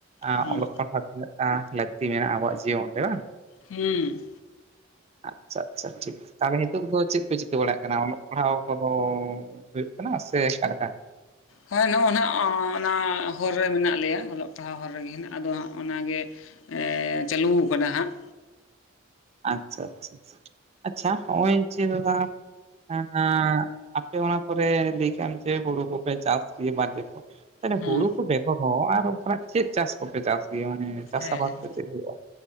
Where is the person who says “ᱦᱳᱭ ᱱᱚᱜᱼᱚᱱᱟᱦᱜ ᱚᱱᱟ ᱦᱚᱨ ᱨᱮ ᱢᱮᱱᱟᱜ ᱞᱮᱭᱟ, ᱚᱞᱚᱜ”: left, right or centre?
Left